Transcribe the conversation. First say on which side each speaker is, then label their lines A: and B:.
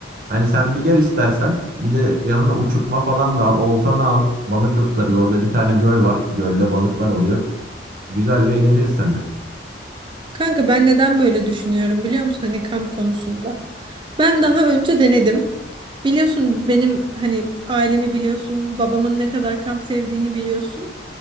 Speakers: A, on the right; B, on the right.
A: Hani sen bir gel istersen. Bir de yanına uçurtma falan da al, oltanı al. Balık da tutarız. Orada bir tane göl var. Gölde balıklar oluyor. Güzel bir eğleniriz seninle.
B: Kanka ben neden böyle düşünüyorum biliyor musun? Hani kamp konusunda. Ben daha önce denedim. Biliyorsun benim hani ailemi biliyorsun, babamın ne kadar kamp sevdiğini biliyorsun.